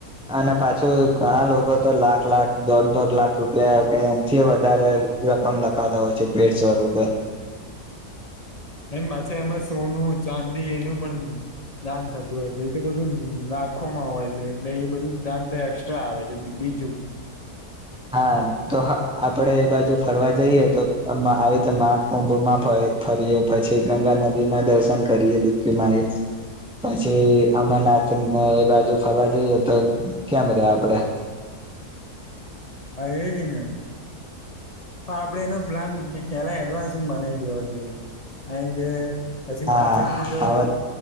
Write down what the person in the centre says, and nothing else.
અને પાછું ઘણા લોકો તો લાખ લાખ દોઢ દોઢ લાખ રૂપિયા કે એમથી વધારે રકમ લખાતા હોય છે ભેડ સ્વરૂપે
હા તો આપડે એ બાજુ ફરવા જઈએ તો આવી રીતે <unintelligible> ફરીએ પછી ગંગા નદીના દર્શન કરીએ ડુબકી મારીને. પછી અમરનાથને એ બાજુ ફરવા જઈએ તો કેમ રે આપડે
હા
હવે